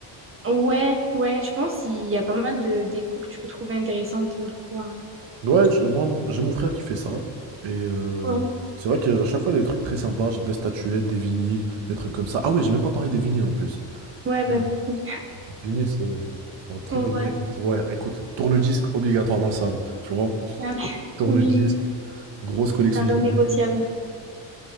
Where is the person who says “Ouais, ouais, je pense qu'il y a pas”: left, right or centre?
Right